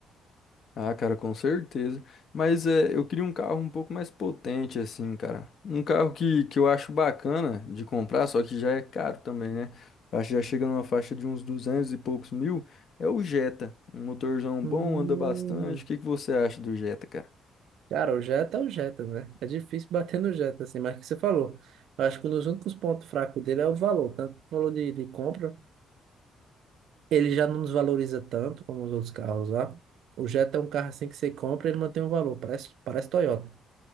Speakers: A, on the left; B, on the right.
A: Ah, cara, com certeza. Mas é, eu queria um carro um pouco mais potente, assim, cara. Um carro que, que eu acho bacana de comprar, só que já é caro também, né? Eu Acho que já chega numa faixa de uns 200 e poucos mil. É o Jetta. Um motorzão
B: Hum,
A: bom, anda bastante. O que que você acha do Jetta, cara?
B: cara, o Jetta é o Jetta, né? É difícil bater no Jetta, assim, mas é o que você falou. Eu acho que um dos únicos pontos fracos dele é o valor, tanto o valor de, de compra. Ele já não nos valoriza tanto como os outros carros lá. O Jetta é um carro assim que você compra, e ele mantém o valor, parece, parece Toyota.